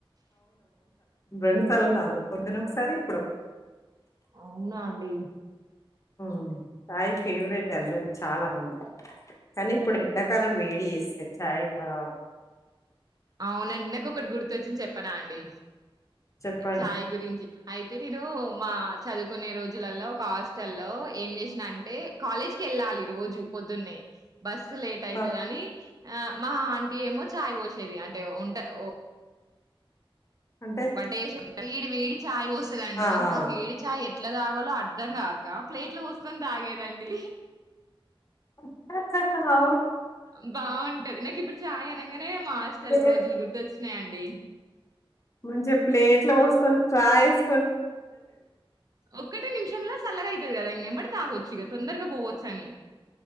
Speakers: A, on the left; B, on the right.
A: రెండుసాలు తగ్గుతు పొద్దున ఒకసారి ఇప్పుడు
B: అవునా అండి
A: ఉమ్ చై ఫేవరెట్ అందరికి చాలా మంది కానీ ఇప్పుడ్ ఎండాకాలం వేడి చేస్తే చాయ్ ఎక్వ తగ
B: అవ్నండి నాక్ ఒకట్ గుర్తోచ్చింది చెప్పనా అండి
A: చెప్పండి
B: చాయ్ గురించి ఐతే నేను మా చదువ్కునే రోజులలో ఒక హాస్టల్ల్లో ఏం జేస్నా అంటే కాలేజ్ జ్ కేళ్ళాలి రోజు పొద్దున్నే బస్సు లేట్ ఐతదని
A: ఆ,
B: ఆ మా ఆంటీ ఏమో చాయ్ వోసేది అంటే ఉంట ఓ
A: అంటే
B: వంట చెశె వేడి వేడి చాయ్ పోస్తుదండి
A: ఆ
B: అసల్
A: ఆ.
B: అ వేడి చాయ్ ఎట్ ఎట్లా తాగాలో అర్ధం గాక ప్లేట్ల పోస్కొన్ తాగేదండి
A: అ
B: బా ఉంటది నాక్ ఇప్పుడ్ చాయ్ అనంగానే మా హాస్టల్
A: ప్లేట్
B: రోజుల్ గుర్తోచ్చినాయండి అడి
A: మంచిగా ప్లేట్ లో పోస్కొని స్ట్ర ఎస్
B: ఒక్కటే నిమిషం సల్లగైతది గదాండి మర్ తాగొచ్చిగ తొందర్గా పోవచ్చని